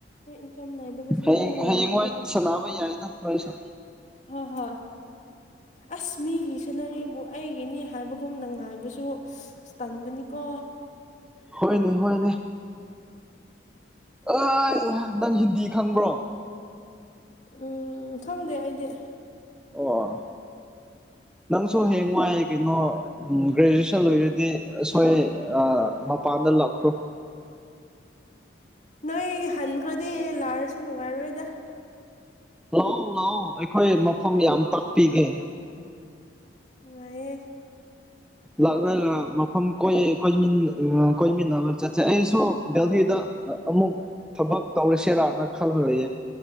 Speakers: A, on the left; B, in the centre.
A: ꯏꯟꯀꯝ ꯂꯩꯗꯕꯁꯤꯡꯗꯤ
B: ꯍꯌꯦꯡ
A: ꯅꯨꯡꯉꯥꯏꯇꯦ
B: ꯍꯌꯦꯡꯋꯥꯏ ꯁꯥꯟꯅꯕ ꯌꯥꯏꯅ ꯅꯣꯏꯁꯨ
A: ꯍ ꯍ ꯑꯁ ꯃꯤꯒꯤ ꯁꯤꯅꯔꯤꯕꯨ ꯑꯩꯒꯤꯅꯤ ꯍꯥꯏꯕꯒꯨꯝꯅ ꯉꯥꯏꯕꯁꯨ ꯇꯥꯟꯕꯅꯤ ꯀꯣ
B: ꯍꯣꯏꯅꯦ ꯍꯣꯏꯅꯦ ꯑꯩ ꯅꯪ ꯍꯤꯟꯗꯤ ꯈꯪꯕ꯭ꯔꯣ
A: ꯎꯝ ꯈꯪꯗꯦ ꯑꯩꯗꯤ
B: ꯑꯣ ꯅꯪꯁꯨ ꯍꯌꯦꯡ ꯋꯥꯏ ꯀꯩꯅꯣ ꯒ꯭ꯔꯦꯖꯨꯑꯦꯁꯟ ꯂꯣꯏꯔꯗꯤ ꯑꯁꯣꯏ ꯃꯄꯥꯟ ꯂꯈꯣ
A: ꯅꯣꯏ ꯍꯟꯈ꯭ꯔꯗꯤ ꯂꯥꯛꯔꯁꯨ ꯅꯨꯡꯉꯥꯏꯔꯣꯏꯗ
B: ꯂꯥꯛꯑꯣ ꯂꯥꯛꯑꯣ ꯑꯩꯈꯣꯏ ꯃꯐꯝ ꯌꯥꯝ ꯇꯥꯛꯄꯤꯒꯦ
A: ꯑꯑꯌꯦ
B: ꯂꯥꯛꯗ ꯃꯐꯝ ꯀꯣꯏ ꯣꯏ ꯀꯣꯏ ꯃꯤꯕ ꯆ ꯑꯩꯁꯨꯣꯊꯗ ꯑꯃꯨꯛ ꯊꯕꯛ ꯇꯧꯔꯁꯦꯔꯅ ꯈꯜꯂꯨꯔꯌꯦꯦ